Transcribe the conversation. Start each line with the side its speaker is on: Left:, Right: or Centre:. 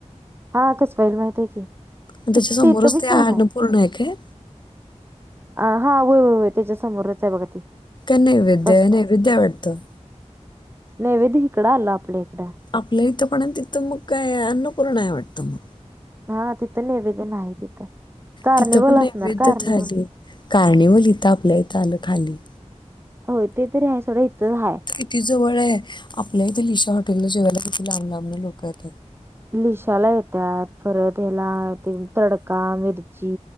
Right: हा कसं पाहिलं माहिती आहे की.
Left: आण त्याच्या
Right: तिथं
Left: समोरच
Right: तिथं बी
Left: ते
Right: छान
Left: अन्नपूर्ण आहे काय?
Right: अ हा होय, होय त्याच्या समोरच आहे बघा ती.
Left: का नैवेद्य
Right: कसबाई
Left: आहे नैवेद्य हे वाटत.
Right: नैवेद्य हीकडं आलं आपल्या इकडं.
Left: आपल्या इथं पण आहे तिथं मग काय अन्नपूर्ण आहे वाटतं मग.
Right: हा तिथं नैवेद्य नाही तिथं कार्निवल
Left: तिथं पण नैवेद्य
Right: असणार, कार्निवल.
Left: थाली. कार्निवल इथं आपल्या इथं आलं खाली.
Right: होय ते तरी आहे सोडा इथं आहे.
Left: ती जवळ आहे आपल्या इथे लिशा हॉटेलला जेवायला किती लांब लांबन लोकं येतात.
Right: लिशाला येत्यात परत ह्याला ते तडका, मिरची.